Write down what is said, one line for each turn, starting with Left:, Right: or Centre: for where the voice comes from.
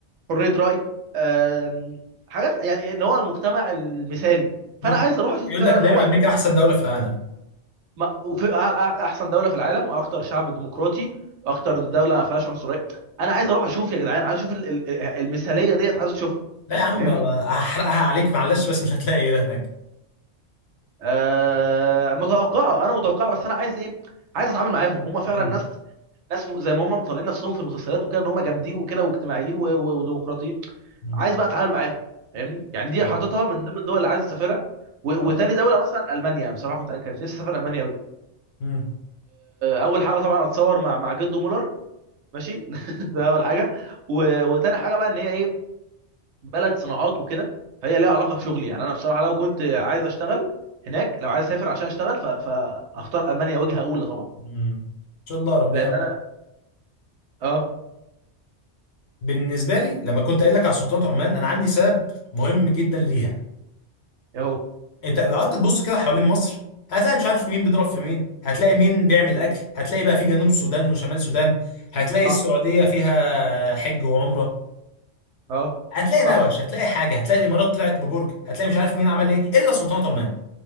Right: حريه راي آم، حاجات يعني ان هو المجتمع المثالي
Left: مم.
Right: فانا عايز اروح اشوف
Left: يقول
Right: فعلا
Left: لك دايما
Right: هو هو
Left: امريكا احسن دوله في العالم
Right: ما- وفي أع- أع- احسن دوله في العالم واكتر شعب ديمقراطي واكتر دوله ما فيهاش عنصريه انا عايز اروح اشوف يا جدعان عايز اشوف ال- ال- المثاليه ديت عايز اشوفها
Left: لا يا عم
Right: فاهمني
Left: ما- هحرقها عليك معلش بس مش هتلاقي إيه ده هناك
Right: آه متوقعه انا متوقعه بس انا عايز ايه عايز اتعامل معاهم هم فعلا
Left: مم.
Right: ناس ناس م- زي ما هم مطلعين نفسهم في المسلسلات وكده ان هم جامدين وكده واجتماعيين و- و- وديمقراطيين
Left: مم.
Right: عايز بقى اتعامل معاهم فاهمني يعني دي
Left: اه
Right: حاططها من ضمن الدول اللي عايز اسافرها و-
Left: ان شاء
Right: وتاني
Left: الله
Right: دوله مثلا المانيا بصراحه كنت كانت نفسي اسافر المانيا قوي
Left: مم.
Right: اول حاجه طبعا اتصور مع مع جدو مولر ماشي <laughs> ده اول حاجه و... وتاني حاجه بقى ان هي ايه بلد صناعات وكده فهي ليها علاقه بشغلي يعني انا بصراحه لو كنت عايز اشتغل هناك لو عايز اسافر عشان اشتغل ف... فاختار المانيا وجهه اولى طبعا
Left: مم. ان شاء الله ربنا
Right: لان
Left: يوفقك
Right: انا اه
Left: بالنسبه لي لما كنت قايل لك على سلطنه عمان انا عندي سبب مهم جدا ليها
Right: اهو
Left: انت لو قعدت تبص كده حوالين مصر هتلاقي مش عارف مين بيضرب في مين هتلاقي مين بيعمل اكل هتلاقي بقى في جنوب سودان وشمال سودان هتلاقي
Right: صح
Left: السعوديه فيها حج وعمره
Right: اه
Left: هتلاقي نوش
Right: صح
Left: هتلاقي حاجه هتلاقي الامارات طلعت ببرج هتلاقي مش عارف مين عمل ايه الا سلطنه عمان